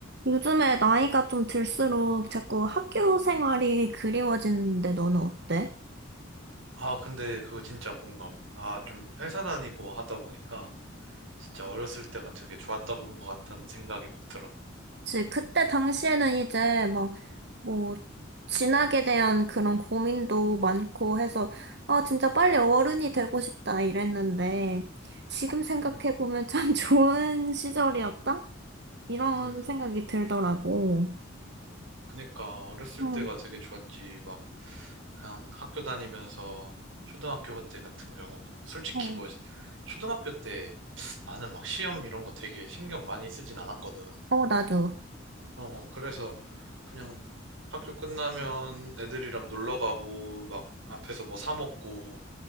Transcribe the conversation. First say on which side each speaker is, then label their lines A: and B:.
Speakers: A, on the right; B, on the right.
A: 요즘에 나이가 좀 들수록 자꾸 학교 생활이 그리워지는데 너는 어때?
B: 아, 근데 그거 진짜 공감. 아, 좀 회사 다니고 하다 보니까 진짜 어렸을 때가 되게 좋았던 것 같다는 생각이 막 들어.
A: 그 그때 당시에는 이제 막 뭐 진학에 대한 그런 고민도 많고 해서 아 진짜 빨리 어른이 되고 싶다 이랬는데 지금 생각해
B: 음,
A: 보면 참 <laughs> 좋은 시절이었다? 이런
B: 음,
A: 생각이 들더라고.
B: 그니까 어렸을
A: 응,
B: 때가 되게 좋았지. 막 그냥 학교 다니면서 초등학교 때 같은 경우는 솔직히
A: 어,
B: 뭐 초등학교 때 나는 막 시험 이런 거 되게 신경 많이 쓰진 않았거든.
A: 어, 나도.
B: 어, 그래서 그냥 학교 끝나면 애들이랑 놀러 가고 막 앞에서 뭐 사 먹고